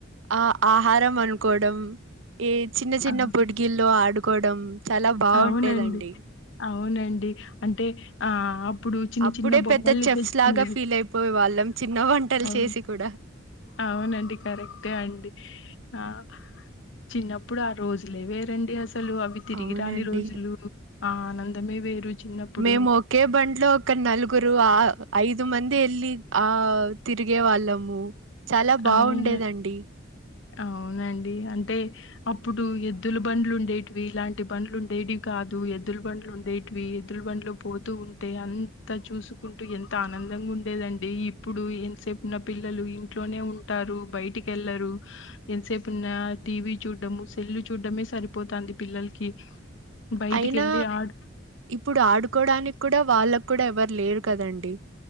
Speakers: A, on the right; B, on the left.
A: ఆ ఆహారం అనుకోవడం ఏ చిన్న చిన్న
B: ఆహా!
A: పొడిగిల్లో ఆడుకోవడం చాలా బాగుండేదండి
B: అవునండి అవునండి అంటే ఆ ప్పుడు చిన్న
A: అప్పుడే
B: చిన్న బొమ్మల్ని
A: పెద్ద చెఫ్స్
B: తెచ్చుకునేది
A: లాగా ఫీల్ అయిపోయే వాళ్ళం చిన్న వంటలు
B: అవును
A: చేసి కూడా
B: అవునండి కరెక్టే అండి ఆ చిన్నప్పుడు ఆ రోజులే వేరండి అసలు అవి తిరిగి
A: అవునండి
B: రాని రోజులు ఆ ఆనందమే వేరు చిన్నప్పుడు
A: మేము ఒకే బండ్లో ఒక నలుగురు ఆ ఐదు మంది ఎల్లి ఆ తిరిగే వాళ్ళము చాలా బాగుండేదండి
B: అవును అవునండి అంటే అప్పుడు ఎద్దుల బండ్లు ఉండేటివి ఇలాంటి బండ్లు ఉండేటివి కాదు ఎద్దుల బండ్లు ఉండేటివి ఎద్దుల బండ్లు పోతూ ఉంటే అంత చూసుకుంటూ ఎంత ఆనందం ందంగా ఉండేదండి ఇప్పుడు ఎంతసేపు ఉన్న పిల్లలు ఇంట్లోనే ఉంటారు బయటికి వెళ్లరు ఎంతసేపు ఉన్నా టీవీ చూడ్డము సెల్లు చూడ్డమే సరిపోతంది పిల్లలకి బయటికెళ్ళి
A: అయినా
B: ఆడు
A: ఇప్పుడు ఆడుకోవడానికి కూడా వాళ్ళకు కూడా ఎవరు లేరు కదండి